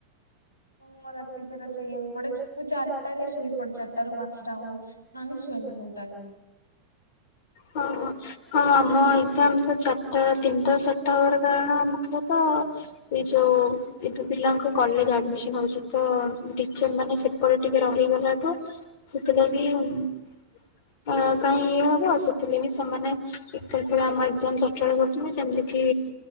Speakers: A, on the left; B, on the left.
A: ପୁରା ରାତି ସାରା ଚେଇଁବାକୁ ପଡେ ମୁଁ ଚାରଟାରେ ଶୋଇ ପଡେ ଚାରଟାରୁ ପାଞ୍ଚଟା ହୋଉ ନହେନେ ଶୁଏନି ବୋହୁତ ଟାଇମ।
B: ହଁ ହଁ ଆମ ଏଗଜାମ ତ ଚାରଟା ତିନଟାରୁ ଚାରଟା ହବାର କାରଣ ମୁଖ୍ୟତ ଏଇ ଯୋଉ ଓ ଏଠୁ ପିଲାଙ୍କୁ କଲେଜ ଆଡମିସନ ହୋଉଚି ତ ଟିଚରମାନେ ସେପଟେ ଟିକେ ରହିଗଲାଠୁ ସେଥିଲାଗି ଅଁ-କାଇଁ ଇଏ ହବ ସେଥିଲାଗି ସେମାନେ ଏକାଥରେ ଆମ ଏଗଜାମ୍ ଚଞ୍ଚଳ କରୁଚନ୍ତି ସେମତି କି